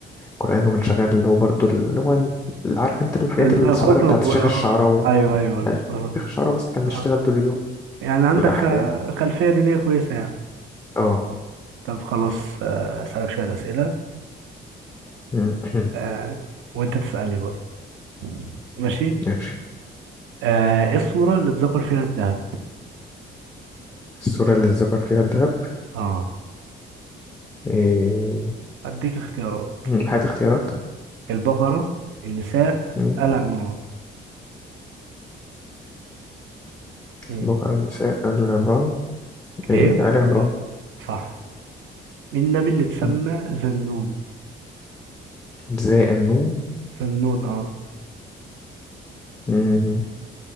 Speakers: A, on the left; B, on the right.
A: قرآن وبنشغل اللي هو برضو اللي هو ال- عارف انت الحاجات
B: الخطب
A: الصغيرة بتاعت
B: وال
A: الشيخ
B: آه،
A: الشعراوي
B: ايوه ايوه المختارات
A: لا الشيخ الشعراوي بس كان بيشتغل
B: آه.
A: طول اليوم
B: يعني عندك
A: والأحكام
B: خ- خلفية دينية كويسة يعني
A: اه
B: طب خلاص آه، اسالك شوية اسئلة
A: <coughs>
B: آه، وانت تسألني برضه ماشي
A: ماشي
B: آه، ايه الصورة اللي اتذكر فيها الذهب
A: السورة اللي اتذكر فيها الذهب
B: اه
A: إيه
B: هديك اختيارات
A: هات اختيارات
B: البقرة النساء
A: مم.
B: آل عمران مم.
A: بكرة نساء آل عمران إيه
B: ايه
A: آل عمران
B: صح مين النبي اللي اتسمى
A: مم.
B: ذنون
A: زاء النون
B: ذنون اه
A: مم.